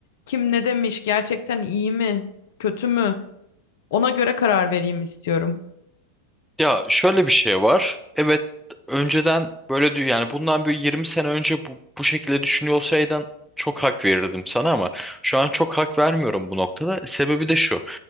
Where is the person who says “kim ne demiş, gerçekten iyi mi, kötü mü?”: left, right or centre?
Left